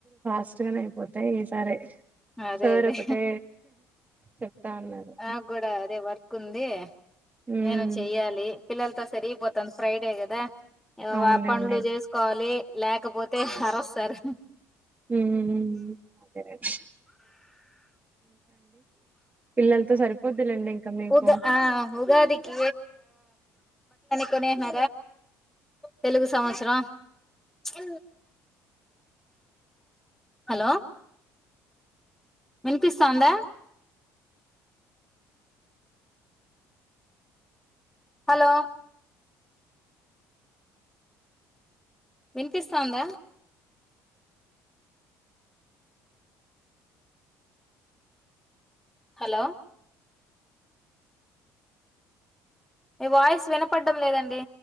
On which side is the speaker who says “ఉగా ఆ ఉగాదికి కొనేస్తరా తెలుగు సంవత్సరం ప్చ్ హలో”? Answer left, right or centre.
Centre